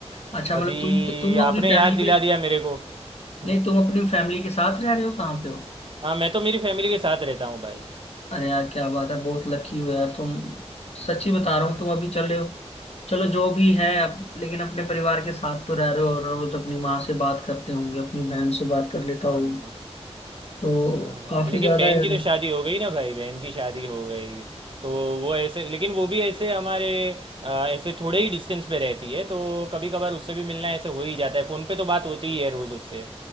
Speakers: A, on the left (about 65°); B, on the right (about 50°).
A: अच्छा मतलब
B: अभी
A: तुम तुम अपनी
B: आपने
A: फैमिली
B: याद दिला
A: के
B: दिया मेरे को हम्म,
A: नहीं तुम अपनी फैमिली के साथ रह रहे हो कहाँ पे हो
B: हाँ मैं तो मेरी फैमिली के साथ रहता हूँ भाई
A: अरे यार क्या बात है बहुत लकी हो यार तुम सच्ची बता रहा हूँ तुम अभी चले हो चलो जो भी है अब लेकिन अपने परिवार के साथ तो रह रहे हो और रोज अपनी माँ से बात करते होंगे अपनी बहन से बात कर लेता
B: हाँ
A: हो
B: हाँ
A: तो
B: हाँ हाँ
A: काफी
B: लेकिन
A: ज्यादा
B: बहन
A: यार
B: की तो शादी हो गई ना भाई बहन की शादी हो गई तो वो ऐसे लेकिन वो भी ऐसे हमारे अ, ऐसे थोड़े ही डिस्टेंस पे रहती है तो कभी कभार उससे भी मिलना ऐसे हो ही जाता है फ़ोन पे तो बात होती ही है रोज़ उससे